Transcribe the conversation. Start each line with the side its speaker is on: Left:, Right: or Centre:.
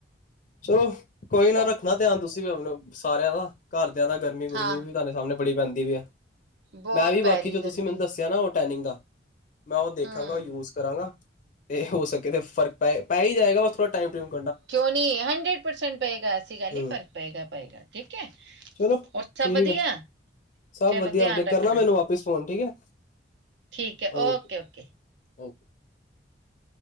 Left: ਚਲੋ ਕੋਈ ਨਾ
Right: ਉਹ
Left: ਰੱਖਣਾ ਧਿਆਨ ਤੁਸੀਂ ਵੀ ਆਪਣੇ, ਸਾਰਿਆਂ ਦਾ ਘਰ ਦਾ ਗਰਮੀ ਗੁਰਮੀ
Right: ਹਾਂ
Left: ਵੀ ਤੁਹਾਡੇ ਸਾਹਮਣੇ ਬੜੀ ਪੈਂਦੀ ਪਈ ਹੇ,
Right: ਬਹੁਤ
Left: ਮੈਂ ਵੀ
Right: ਪੈ
Left: ਬਾਕੀ
Right: ਰਹੀ
Left: ਜੋ
Right: ਗਰਮੀ
Left: ਤੁਸੀਂ ਮੈਨੂੰ ਦੱਸਿਆ ਨਾ ਟੈਨਿੰਗ ਦਾ ਮੈਂ ਉਹ ਦੇਖਾਂਗਾ,
Right: ਹਮ
Left: ਉਹ ਯੂਜ ਕਰਾਂਗਾ ਤੇ ਹੋ ਸਕੇ ਤੇ ਫਰਕ ਪੈ-ਪੈ ਹੀ ਜਾਏਗਾ, ਬਸ ਥੋੜ੍ਹਾ ਟਾਈਮ <unintelligible>
Right: ਕਿਉਂ ਨਹੀ ਹੰਡਰਡ ਪਰਸੈਂਟ ਪਏਗਾ, ਏਸੀ ਗੱਲ
Left: ਹੂੰ
Right: ਹੀ ਫ਼ਰਕ ਪਏਗਾ-ਪਏਗਾ ਠੀਕ ਹੈ।
Left: ਚਲੋ
Right: ਹੋਰ ਸਭ
Left: ਠੀਕ
Right: ਵਧੀਆ।
Left: ਹੈ ਸਭ
Right: ਚਲੋ
Left: ਵਧੀਆ-ਵਧੀਆ,
Right: ਧਿਆਨ ਰੱਖਣਾ
Left: ਕਰਨਾ ਮੈਨੂੰ ਵਾਪਿਸ ਫੋਨ ਠੀਕ ਹੈ।
Right: ਠੀਕ ਹੈ,
Left: ਓਕੇ
Right: ਓਕੇ-ਓਕੇ।
Left: <unintelligible>